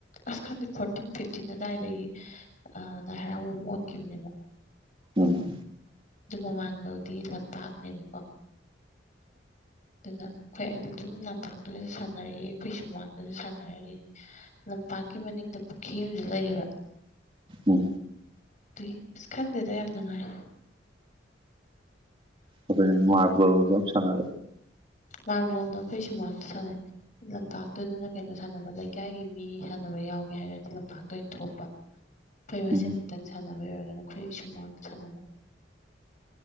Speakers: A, on the left; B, on the right.
A: ꯑꯁ ꯈꯪꯗꯦ ꯐꯣꯔꯇꯤꯟ ꯐꯤꯞꯇꯤꯟ ꯑꯗꯥꯏꯗꯒꯤ ꯑꯥ ꯂꯥꯏ ꯍꯔꯥꯎꯕꯝ ꯑꯣꯟꯈꯤꯕꯅꯦꯕ
B: ꯎꯝ
A: ꯑꯗꯨ ꯃꯃꯥꯡꯕꯥꯎꯗꯤ ꯂꯝꯄꯥꯛꯅꯦꯕꯀꯣ ꯑꯗꯨꯅ ꯑꯩꯈꯣꯏ ꯑꯗꯨ ꯗꯨꯝ ꯂꯝꯄꯥꯛꯇꯨꯗꯁꯨ ꯁꯥꯟꯅꯔꯛꯏ ꯑꯩꯈꯣꯏ ꯁꯨꯃꯥꯡꯗꯁꯨ ꯁꯥꯟꯅꯔꯛꯏ ꯂꯝꯄꯥꯛꯀꯤ ꯃꯅꯤꯡꯗ ꯄꯨꯈ꯭ꯔꯤ ꯑꯃꯖꯨ ꯂꯩꯌꯦꯕ
B: ꯎꯝ
A: ꯗꯨꯏ ꯑꯁ ꯈꯪꯗꯦꯗ ꯌꯥꯝ ꯅꯨꯡꯉꯥꯏ
B: ꯑꯈꯣꯏ ꯃꯥꯔꯕꯜꯖꯨ ꯌꯥꯝ ꯁꯥꯟꯅꯔꯛꯑꯦ
A: ꯃꯥꯥꯔꯕꯣꯜꯗꯣ ꯑꯈꯣꯏ ꯁꯨꯃꯥꯡꯗ ꯁꯥꯟꯅꯩ ꯂꯝꯄꯥꯛꯇꯨꯗꯅ ꯀꯩꯅꯣ ꯁꯥꯟꯅꯕ ꯂꯩꯀꯥꯏꯒꯤ ꯃꯤ ꯁꯥꯟꯅꯕ ꯌꯥꯎꯒꯦ ꯍꯥꯏꯔꯗꯤ ꯂꯝꯄꯥꯛꯇ ꯑꯣꯏꯅ ꯊꯣꯛꯄ ꯑꯈꯣꯏ ꯃꯁꯦꯟ
B: ꯎꯝ
A: ꯇꯪ ꯁꯥꯟꯅꯕ ꯑꯣꯏꯔꯒꯅ ꯑꯈꯣꯏ ꯁꯨꯝꯃꯥꯡꯗ ꯁꯥꯟꯅꯕ